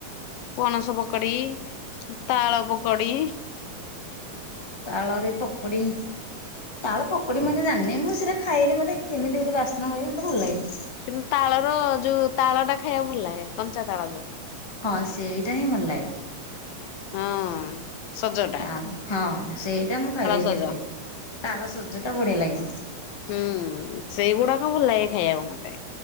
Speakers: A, on the left; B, on the left.
A: ପଣସ ପକଡି, ତାଳ ପକଡି।
B: ତାଳରେ ପକଡି। ତାଳ ପକଡି ମୁ ଏରା ଜାନିନି ମୁଁ ସେଇଟା ଖାଇନି ମୋତେ କେମିତି ଗୋଟେ ବାସ୍ନା ହୁଏ ମତେ ଭଲ ଲାଗେନି।
A: କିନ୍ତୁ ତାଳର ଯୋଉ ତାଳ ଟା ଖାଇବାକୁ ଭଲ ଲାଗେ, କଞ୍ଚା ତାଳ ଯୋଉ।
B: ହଁ ସେଇଟା ହିଁ ଭଲ ଲାଗିବ।
A: ହଁ ସଜ।
B: ତା ହଁ ସେଇଟା ମୁଁ ଖାଇଦେବି
A: ସଜ
B: କେତେ
A: ହୁଁ।
B: ତାଳ ସଜ ଟା ବଢିଆ ଲାଗିବ।
A: ହୁଁ ସେଇଗୁଡାକ ଭଲ ଲାଗେ ଖାଇବାକୁ ମତେ।